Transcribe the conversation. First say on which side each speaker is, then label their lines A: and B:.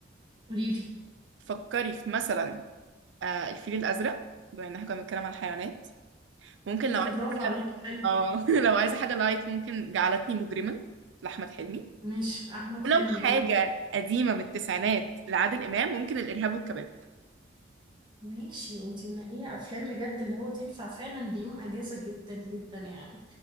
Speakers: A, on the right; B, on the right.
A: قوليلي
B: فكري في مثلا آه الفيل الازرق بما ان احنا كنا بنتكلم على الحيوانات ممكن
A: ايه
B: لو
A: ده
B: عايزه
A: برافو
B: حاجه
A: عليك حلو
B: اه <laughs> لو عايزه حاجه لايت ممكن جعلتني مجرما لاحمد حلمي
A: ماشي احمد
B: ولو
A: حلمي
B: حاجه
A: اه
B: قديمه من التسعينات لعادل امام ممكن الارهاب والكباب
A: ماشي انتي منقيه افلام بجد اللي هو تنفع فعلا ليوم اجازه جدا جدا يعني